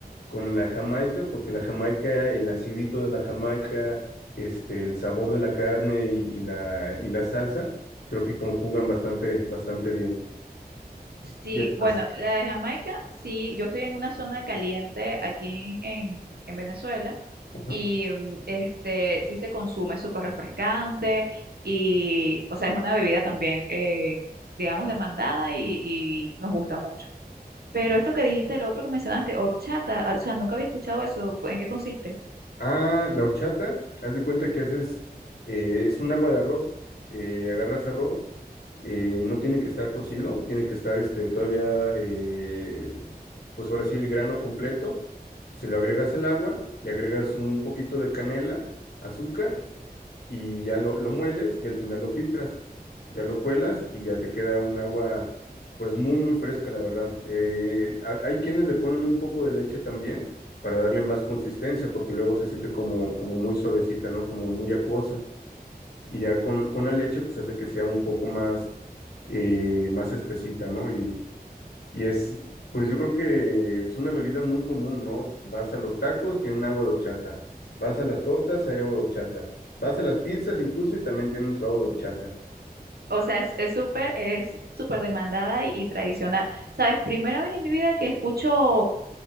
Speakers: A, on the left; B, on the right.
A: con la Jamaica, porque la Jamaica, el acidito de la Jamaica, este, el sabor de la carne y, y la, y la salsa, creo que conjugan bastante, bastante bien.
B: Sí,
A: Y además-
B: bueno, la de Jamaica, sí, yo estoy en una zona caliente aquí en, en Venezuela
A: Ajá.
B: y mm, este sí se consume súper refrescante y, o sea, es una bebida también, eh, digamos, demandada y, y nos gusta mucho. Pero esto que dijiste, el otro que mencionaste, horchata, ah, o sea, nunca había escuchado eso, ¿en qué consiste?
A: Ah, la horchata, haz de cuenta que haces, eh, es un agua de arroz, eh, agarras arroz, eh, no tiene que estar cocido, tiene que estar este, todavía, eh, pues ahora sí, el grano completo, se lo agregas el agua, le agregas un poquito de canela, azúcar y ya lo, lo mueles y al final lo filtras, ya lo cuelas y ya te queda un agua pues muy muy fresca la verdad. Eh, ha- hay quienes le ponen un poco de leche también para darle más consistencia porque luego se siente como, como muy suavecita, ¿no? Como muy acuosa y ya con, con la leche pues hace que sea un poco más, eh, más espesita, ¿no? Y, y es, pues yo creo que es una bebida muy común, ¿no? Vas a los tacos, tienen agua de horchata. Vas a las tortas, hay agua de horchata. Vas a las pizzas incluso y también tienen su agua de horchata.
B: O sea, es es súper, es súper demandada y, y tradicional. ¿Sabes? Primera vez en mi vida que escucho